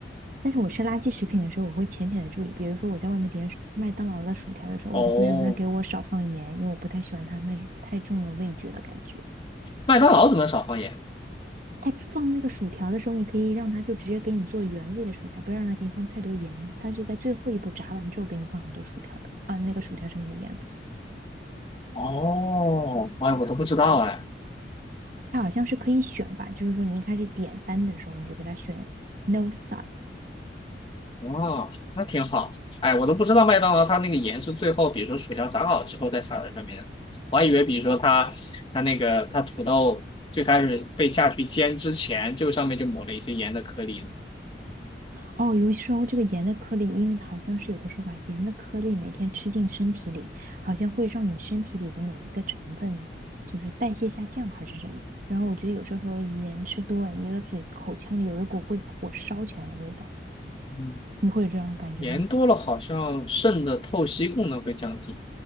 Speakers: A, on the right (about 50°); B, on the left (about 30°).
A: 但是我吃垃圾食品的时候，我会浅浅的注意，比如说我在外面点麦当劳的薯条的时候，
B: 哦，
A: 我就会让他给我少放盐，因为我不太喜欢它那太重的味觉的感觉。
B: 麦当劳怎么少放盐？
A: 他放那个薯条的时候，你可以让他就直接给你做原味的薯条，不要让他给你放太多盐呢。他是在最后一步炸完之后给你放很多薯条的啊，那个薯条上面的盐的。
B: 哦，哎，我都不知道哎。
A: 它好像是可以选吧，就是说你一开始点单的时候，你就给他选 no salt，
B: 哦，那挺好。哎，我都不知道麦当劳它那个盐是最后，比如说薯条炸好之后再撒在上面的我还以为，比如说它它那个它土豆最开始被下去煎之前，就上面就抹了一些盐的颗粒呢
A: 哦，有时候这个盐的颗粒，因为好像是有个说法，盐的颗粒每天吃进身体里，好像会让你身体里的哪一个成分就是代谢下降还是什么。然后我觉得有时候说盐吃多了，你的嘴口腔里有一股会火烧起来的味道，
B: 嗯，
A: 你会有这种感觉吗？
B: 盐多了好像肾的透析功能会降低。